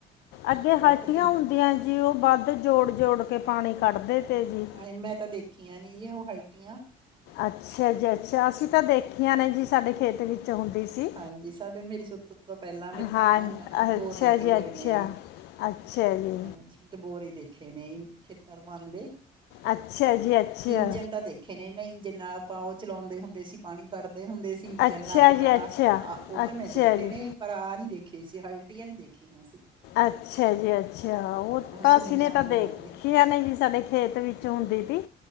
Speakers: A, on the left; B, on the right.
A: ਅੱਗੇ
B: ਬਹੁਤ
A: ਹਲਟੀਆਂ
B: ਤਕਨੀਕ
A: ਹੁੰਦੀਆਂ ਜੀ ਉਹ ਵੱਧ ਜੋੜ-ਜੋੜ ਕੇ ਪਾਣੀ ਕੱਢਦੇ, ਤੇ ਜੀ
B: ਹਾਂ ਮੈਂ ਤਾਂ ਦੇਖੀਆਂ ਨੀ ਔ। ਕੁਟੀਆਂ,
A: ਅੱਛਾ ਜੀ ਅੱਛਾ ਅਸੀਂ ਤਾਂ ਦੇਖੀਆਂ ਨੇ ਜੀ ਸਾਡੇ, ਖੇਤ ਵਿੱਚ, ਹੁੰਦੀ ਸੀ
B: ਹਾਂਜੀ ਸਾਡੇ ਮੇਰੀ ਸੁਰਤ ਤੋਂ ਪਹਿਲਾਂ ਦੇ,
A: ਹਾਂ
B: ਬੋਰ
A: ਅੱਛਾ
B: ਲੱਗੇ
A: ਜੀ
B: ਹੋਏ
A: ਅੱਛਾ
B: ਨੇ
A: ਅੱਛਾ ਜੀ
B: ਹਾਂਜੀ ਮੈਂ ਤੇ ਬੋਰ ਹੀ ਦੇਖ ਦੇਖੇ ਨਹੀਂ ਖੇਤਰ ਪਾਦੇ।
A: ਅੱਛਾ ਜੀ ਅੱਛਾ
B: ਇੰਜਣ ਤਾਂ ਦੇਖੇ ਨੇ ਮੈਂ ਇੰਜਣ ਨਾਲ ਆਪਾਂ ਉਹ ਚਲਾਉਂਦੇ, ਹੁੰਦੇ ਸੀ ਪਾਣੀ ਕੱਢਦੇ ਹੁੰਦੇ ਸੀ ਇੰਜਣ
A: ਅੱਛਾ
B: ਲਾ ਕੇ
A: ਜੀ
B: ਪਟਾ।
A: ਅੱਛਾ
B: ਆ ਉਹ ਤਾਂ
A: ਅੱਛਾ
B: ਮੈਂ ਦੇਖੇ
A: ਜੀ
B: ਨੇ ਪਰ ਆਹ ਨਹੀਂ ਦੇਖੇ ਸੀ। ਕੁਟੀਆ ਨੀ ਦੇਖੀ ਅਸੀਂ,
A: ਅੱਛਾ ਜੀ ਅੱਛਾ ਉਹ ਤਾਂ
B: ਸੁਣੀਆਂ
A: ਅਸੀਂ ਨੇ ਤਾਂ
B: ਹੈਗੀਆਂ
A: ਦੇਖੀ
B: ਨੇ
A: ਨੇ ਜੀ ਸਾਡੇ ਖੇਤ ਵਿੱਚ ਹੁੰਦੀ ਸੀ।